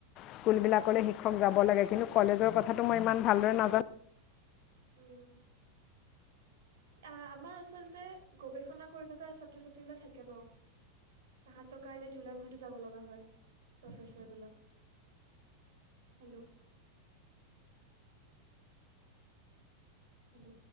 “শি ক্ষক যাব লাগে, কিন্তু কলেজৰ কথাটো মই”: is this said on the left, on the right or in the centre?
Left